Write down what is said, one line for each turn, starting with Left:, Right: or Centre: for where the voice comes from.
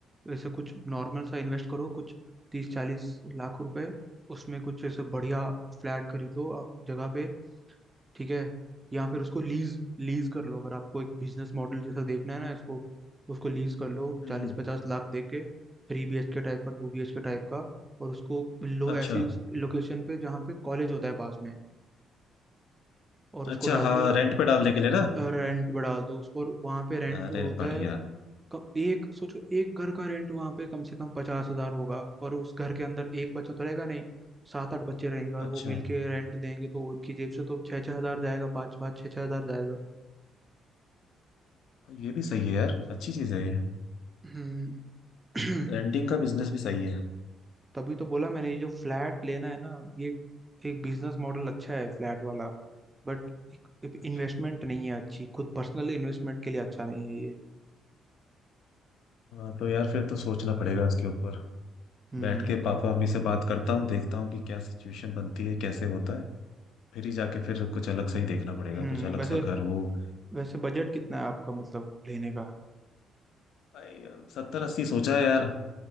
Right: ऐसे कुछ नॉर्मल सा इन्वेस्ट करो कुछ तीस चालीस लाख रुपए उसमें कुछ ऐसे बढ़िया फ्लैट खरीदो अ, जगह पे ठीक है या फिर उसको लीज लीज कर लो अगर आपको एक बिजनेस मॉडल जैसा देखना है ना इसको उसको लीज कर लो
Left: हम्म
Right: चालीस
Left: हम्म।
Right: पचास लाख दे के three B H K type का two B H K type का और उसको लो
Left: अच्छा
Right: ऐसी लोकेशन पे जहाँ पे कॉलेज होता है पास में और उसको
Left: अच्छा
Right: डाल
Left: हाँ
Right: दो
Left: रेंट पे डालने के लिए ना
Right: रेंट पे डाल दो उसको और वहाँ पे रेंट
Left: अरे
Right: होता
Left: बढ़िया
Right: है क- एक सोचो एक घर का रेंट वहाँ पे कम से कम पचास हजार होगा और उस घर के अंदर एक बच्चा तो रहेगा नहीं सात आठ बच्चे रहेंगे और वो
Left: अच्छा
Right: मिलके रेंट देंगे तो उनकी जेब से तो छः छः हजार जाएगा पाँच पाँच छः छः हजार जाएगा
Left: ये भी सही है यार अच्छी चीज़ है ये
Right: हम्म <clears throat>
Left: रेंटिंग का बिजनेस भी सही है
Right: तभी तो बोला मैंने ये जो फ्लैट लेना है ना ये एक बिजनेस मॉडल अच्छा है फ्लैट वाला बट एक
Left: अच्छा
Right: इन्वेस्टमेंट नहीं है अच्छी खुद पर्सनल इन्वेस्टमेंट के लिए अच्छा नहीं है ये
Left: हाँ तो यार फिर तो सोचना पड़ेगा इसके ऊपर
Right: हम्म
Left: बैठ के पापा
Right: क-
Left: मम्मी से बात करता हूँ देखता हूँ कि क्या सिचुएशन बनती है कैसे होता है फिर ही जाके फिर कुछ अलग सा ही देखना पड़ेगा
Right: हम्म
Left: कुछ अलग
Right: वैसे
Left: सा घर हो
Right: वैसे बजट कितना है आपका मतलब लेने का
Left: भाई सत्तर अस्सी सोचा है यार